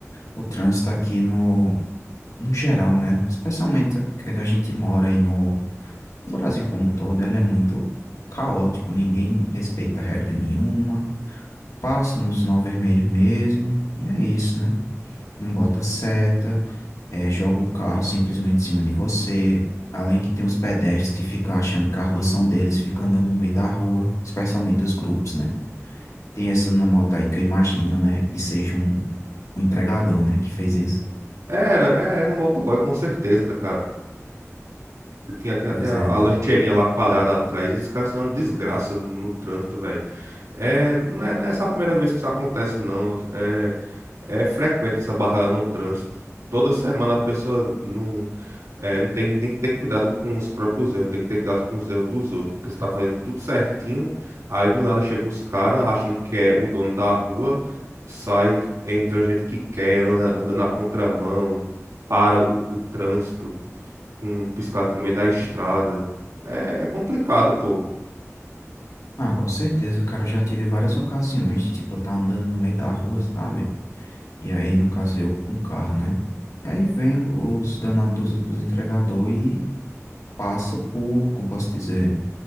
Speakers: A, on the left (about 80°); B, on the right (about 75°).
A: o trânsito aqui no, no geral, né? Especialmente quando a gente mora aí no, no Brasil como um todo, ele é muito caótico, ninguém respeita regra nenhuma, passa no sinal vermelho mesmo, e é isso, né? Não bota seta, eh, joga o carro simplesmente em cima de você. Além que tem os pedestres que ficam achando que a rua são deles, ficam andando no meio da rua, especialmente os grupos, né? Tem essa na moto aí que eu imagino, né? Que seja um, um entregador, né? Que fez isso.
B: Era, é, era um motoboy com certeza, cara. Tinha, tinha
A: Pois
B: até a,
A: é,
B: a
A: né?
B: lancheirinha lá coalhada atrás, esses caras são uma desgraça no no trânsito, velho. É, não é, não é só a primeira vez que isso acontece, não. É, é frequente essa batalha no trânsito. Toda semana a pessoa não, é, não tem nem que ter cuidado com os próprios erros, tem que ter cuidado com os erros dos outros, porque você tá fazendo tudo certinho, aí do nada chega os caras achando que é o dono da rua, sai, entra do jeito que quer, anda, anda na contramão, para o, o trânsito com um piscar no meio da estrada. É, é complicado, pô.
A: Ah, com certeza, cara. Eu já tive várias ocasiões de, tipo, eu tá andando no meio da rua, sabe? E aí, no caso, eu com carro, né? E aí vem os danados dos, dos entregador e passa por, como posso dizer,